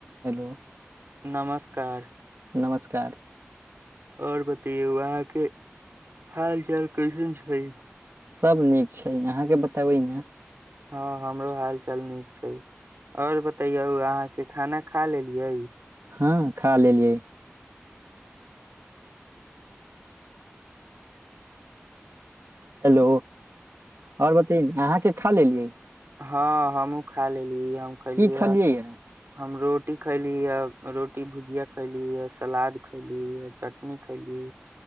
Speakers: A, on the right; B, on the right.
A: hello
B: नमस्कार
A: नमस्कार
B: आओर बतए वहाँ के हाल चाल कसन छै
A: सभ नीक छै अहाँके बतेबै ने
B: हँ हमरो हाल चाल नीक छै आओर बतैयौ अहाँके खाना खा लेलियै
A: हँ खा लेलियै हेलो आओर बते अहाँके खा लेलियै
B: हँ हमहुँ खा लेली ई हम कलियए
A: की खलियै य
B: हम रोड रोटी खैली ये रोटी भुजियाा खैली ये सलाद खैली ये चटनी खैली